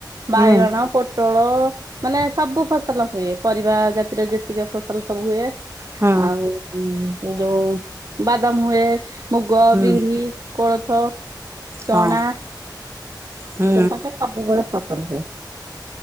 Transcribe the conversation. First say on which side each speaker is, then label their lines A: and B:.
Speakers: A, on the right; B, on the right.
A: ବାଇଗଣ
B: ହୁଁ
A: ପୋଟଳ ମାନେ ସବୁ ଫସଲ ହୁଏ ପରିବା ଜାତିର ଯେତିକି ଫସଲ ସବୁ ହୁଏ।
B: ହଁ
A: ଆଉ ଏଇ ଯୋଉ ବାଦାମ ହୁଏ ମୁଗ
B: ହୁଁ
A: ବିରି କୋଳଥ
B: ହଁ
A: ଚଣା ସେତବେଳେ
B: ହୁଁ
A: ତାଙ୍କର ସବୁବେଳେ ଫସଲ ହୁଏ।